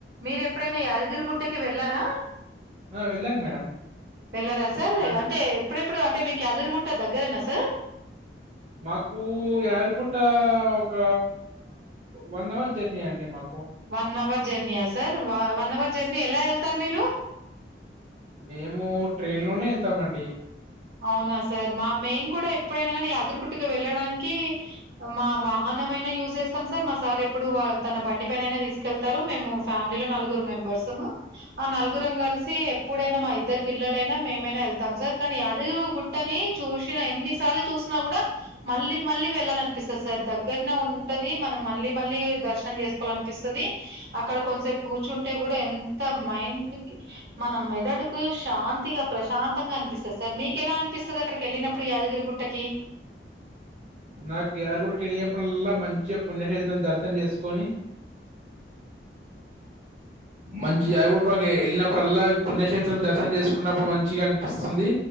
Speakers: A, on the right (about 65°); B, on the right (about 40°).
A: మీరెప్పుడైనా యాదగిరిగుట్టకి వెళ్ళారా
B: ఆ వెళ్ళాను మేడం
A: వెళ్లారా సార్
B: ఆ
A: అంటే ఎప్పుడె ప్పుడు అంటే మీకు యాదగిరిగుట్ట దగ్గరేనా సార్
B: మాకు యారుగుట్ట క వన్ అవర్ జర్నీ అండి మా
A: వన్ అవర్ జెర్నీయా సార్ వన్ అవర్ జర్నీ ఎలా ఎళ్తారు మీరు
B: మేము ట్రైన్ లోనే ఎళ్తామండి
A: అవునా సార్ మా మేం కూ డా ఎప్పుడైనా యాదగిరి గుట్ ట్టకి వెళ్ళడానికి మా వాహనం అయినా యూజ్ చేస్ సార్ మా సార్ ఎప్పుడు తన బండి పైనైనా తీసుకెళ్తారు మేము ఫ్యామిలీలో నలుగురు మెంబర్స్ ము ఆ నలుగురుం కలిసి ఎప్పుడైనా మా ఇద్దరు పిల్లలైనా మేమైనా వెళ్తాం సార్ కానీ దిగు గుట్టని చూసిన ఎన్నిసార్లు చూసినా కూడా మళ్ళీ మళ్ళీ వెళ్ళాలనిపిస్తది సార్ దగ్గరనే ఉంటది మనం మళ్ళీ మళ్ళీ దర్శనం చేసుకోవాల అనిపిస్తది అక్కడ కొంతసేపు కూర్చుంటే కూడా ఎంత మైండ్ మన మెదడుకు శాంతిగా ప్రశాంతంగా అనిపిస్తుంది సార్ మీకు కెలా అనిపిస్తది అక్కడికి వెళ్ళినప్పుడు యాదగిరి గుట్టకి
B: నాకు యాదగిరి కెళ్లినప్పుడల్లా మంచి ముత్య పుణ్య హెత్రం దర్శనం చేసుకొని మంచి అగు టగె ఎళ్ళినప్పుడల్లా పుణ్యక్షేత్రం దర్శనం చేసుకున్నప్పుడు మంచిగ అనిపిస్తుంది